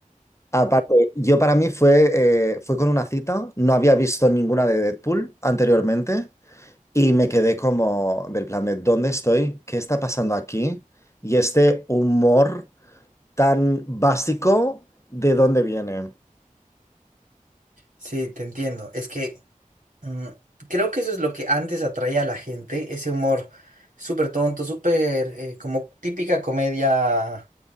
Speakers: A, on the left (about 20°); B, on the right (about 70°).
A: Aparte, yo para mí fue, eh, fue con una cita, no había visto ninguna de Deadpool anteriormente y me quedé como del plan de ¿dónde estoy? ¿Qué está pasando aquí? Y este humor tan básico, ¿de dónde viene?
B: Sí, te entiendo. Es que Mm, Creo que eso es lo que antes atraía a la gente, ese humor súper tonto, súper eh, como típica comedia